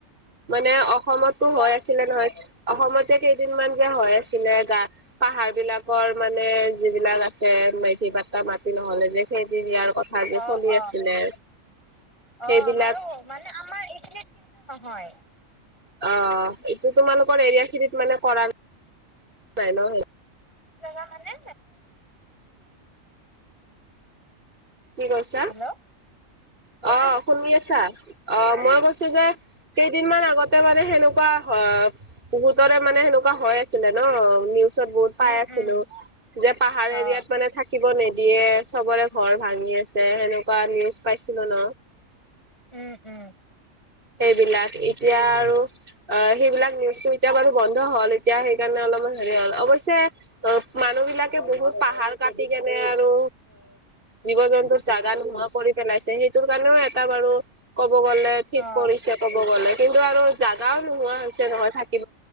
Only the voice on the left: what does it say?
কি
বা
অ
অ
অ আমাৰো মানে আমাৰ এইখিনিত কিন্তু নহয়।
নাজা মানে
হেল্ল' কোৱা
উম
উম
অ
উম উম
অ